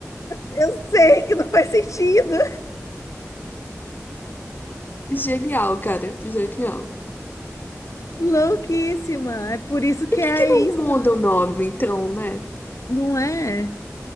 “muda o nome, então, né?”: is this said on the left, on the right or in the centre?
Left